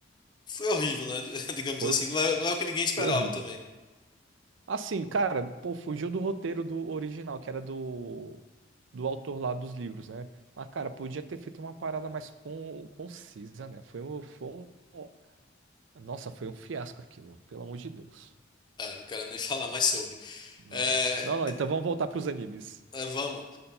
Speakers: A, on the left; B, on the right.
A: Foi horrível, né? <laughs> Digamos
B: Foi,
A: assim. Não é, não é o que ninguém esperava
B: foi horrível.
A: também.
B: Assim, cara, pô, fugiu do roteiro do original, que era do, do autor lá dos livros, né? Mas, cara, podia ter feito uma parada mais con, concisa, né? Foi um, foi um. Nossa, foi um fiasco aquilo, pelo amor de Deus.
A: Ah, não quero nem <laughs> falar mais sobre.
B: Não.
A: É,
B: Não, não, então vamos voltar pros animes.
A: é, vamos.